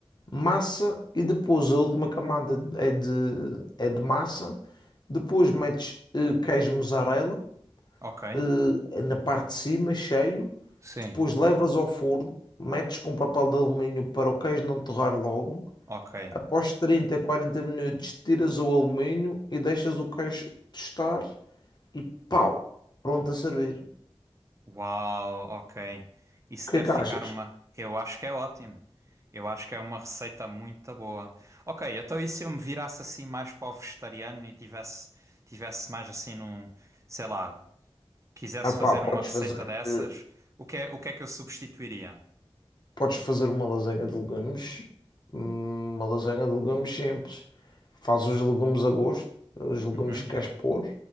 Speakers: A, on the left (about 45°); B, on the right (about 30°).
A: massa e depois a última camada é de, é de massa. Depois metes eh, queijo mussarela
B: Ok.
A: eh, na parte de cima, cheio.
B: Sim.
A: Depois levas ao forno, metes com papel de alumínio para o queijo não torrar logo.
B: Ok.
A: Após 30, 40 minutos, tiras o alumínio e deixas o queijo tostar e pau, pronto a servir.
B: Uau, ok. Isso
A: O que
B: deve
A: é que
B: ficar
A: achas?
B: uma. Eu acho que é ótimo. Eu acho que é uma receita muito boa. Ok, então e se eu me virasse assim mais para o vegetariano e tivesse, tivesse mais assim num, sei lá, quisesse
A: Ah pá,
B: fazer
A: podes
B: uma receita
A: fazer,
B: dessas,
A: eh,
B: o que é, o que é que eu substituiria?
A: podes fazer uma lasanha de legumes, hum, uma lasanha de legumes simples. Faz os legumes a gosto, os legumes
B: Uhum.
A: que queres pôr,